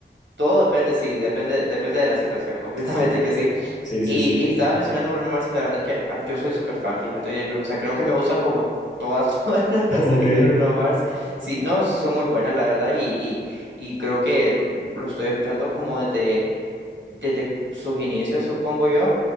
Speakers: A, on the right (about 80°); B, on the left (about 40°).
A: todo depende, sí, depende, depende de la situación, <laughs> completamente
B: Sí,
A: que sí.
B: sí,
A: Y,
B: sí, sí.
A: y estabas mencionando Bruno Mars y la verdad es que ah, yo soy súper fan, fíjate, y, o sea, creo que me gustan como todas, <laughs> todas las canciones
B: <laughs> Ok.
A: de Bruno Mars. Sí, no, sí son muy buenas, la verdad, y, y, y creo que lo estoy escuchando como desde desde sus inicios, supongo yo,